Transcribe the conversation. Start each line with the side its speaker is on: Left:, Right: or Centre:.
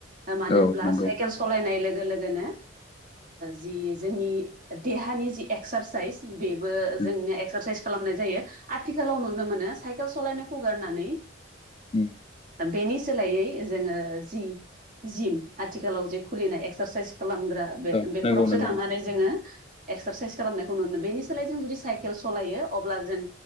Right: मानो
Left: औ
Right: होनब्ला
Left: नंगौ
Right: साइकेल सालायनाय लो गो लोगोनो जि जोंनि देहानि जि एक्सारसाइस बेबो
Left: उम
Right: जों एसारसाइ खालामनाय जायो आथिखालाव नुनो मोनो सकेल सालनाय खौ गारनानै
Left: उम।
Right: बेनि सोलायै जोङो जि जिम आथिखालाव जि खुलिनाय एक्सारसाइस खालामग्रा बे
Left: औ
Right: बेफोरावसो
Left: नंगौ नंगौ
Right: थांनानै
Left: नोंथां
Right: जोङो एक्सारसाइस खालामनायखौ नुनो बेनि सोलाय जों जुदि। साइकेल सालायो अब्ला जों